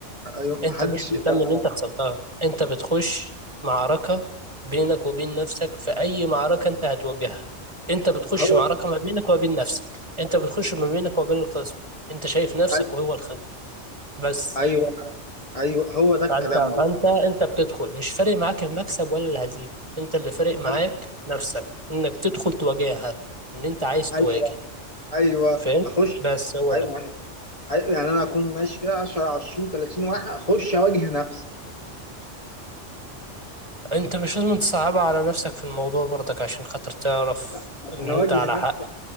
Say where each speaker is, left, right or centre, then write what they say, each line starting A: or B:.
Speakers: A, on the left; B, on the right.
A: ايوه
B: انت
A: محدش
B: مش مهتم
A: يقدر على-
B: ان انت خسرتها انت بتخش معركة بينك وبين نفسك في اي معركة انت هتواجهها انت بتخش
A: هو
B: معركة
A: ده
B: ما بينك وما بين نفسك انت بتخش ما بينك وما بين الخصم انت شايف نفسك
A: أي-
B: وهو الخصم بس
A: ايوه ايوه هو ده الكلام
B: فانت
A: والله
B: فانت انت بتدخل مش فارق معاك المكسب ولا الهزيمة انت اللي فارق معاك
A: أي-
B: نفسك انك تدخل تواجهها ان انت عايز
A: ايوه
B: تواجه
A: ايوه
B: فهمت
A: اخش
B: بس هو
A: ايوه
B: ده
A: يعني أيوة يعني انا اكون ماشي كده 10 20 30 واحد اخش اواجه نفسي
B: انت مش لازم تصعبها على نفسك في الموضوع برضك عشان خاطر تعرف
A: عشان
B: ان انت
A: اواجه
B: على
A: نفسي
B: حق